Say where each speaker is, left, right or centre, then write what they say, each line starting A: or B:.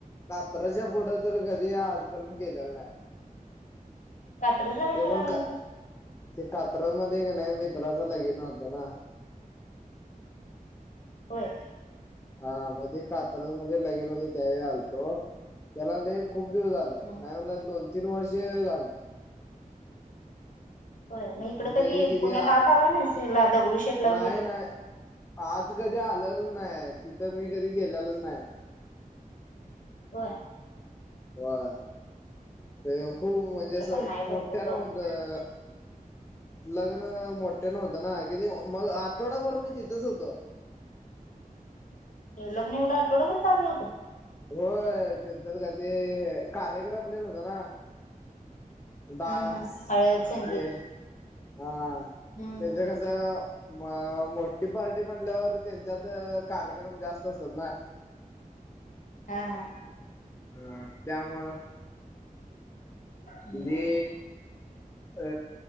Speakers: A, on the left (about 20°); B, on the left (about 60°).
A: कात्राच्या पुढे तर कधी आजपर्यंत गेलेलो नाय.
B: कात्रजला कशाला
A: पण
B: आला
A: का
B: होतास.
A: ते कात्रज मध्ये कणी मित्राचं लगीन होतं ना.
B: होय.
A: हा मग ते कात्र मध्ये लगिन होतं. त्यावेळी आलतो त्याला लय खूप दिवस झाल.
B: हं.
A: नाही म्हण दोन तीन वर्ष झालं.
B: होय मग इकड कधी
A: ते किती
B: पुण्यात आत आला नाहीस. हेला दगडू शेटला
A: नाही
B: वगैरे.
A: नाही आत कधी आलेल नाही. तिथं मी कधी गेलेलच नाही.
B: होय.
A: व्हय ते खूप
B: हं.
A: म्हणजे
B: इकडं
A: असं
B: पण हाय
A: मोठ्या
B: भरपूर
A: न
B: बघण्यासारखं.
A: होतं. लग्न मोठ्या होतना ना, किती मग आठवडाभर मी तिथंच होतो.
B: लग्न एवढा आठवडाभर चाललं होत.
A: होय तेच्यात काय ते कार्यक्रम तेन होता ना. डान्स
B: हम्म हम्म. हळद, संगीत.
A: तेन हा
B: हम्म.
A: त्यांच कसं. त्यांचं मोठी पार्टी म्हणल्यावर, तेच्यात कार्यक्रम जास्त असत्यात ना.
B: हा हा.
A: ह त्यामुळं.
B: हम्म.
A: किती. अ